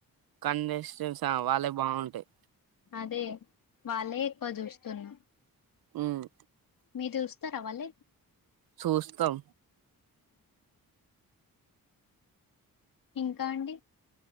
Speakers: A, on the right (about 75°); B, on the left (about 65°).
A: కండెస్ చుసా వాళ్ళే బావుంటాయి
B: అదే వాళ్ళే ఎక్కువ చూస్తున్న
A: హ్మ్
B: మీ దూస్తార వాళ్ళయ్
A: చూస్తం
B: ఇంకా అండి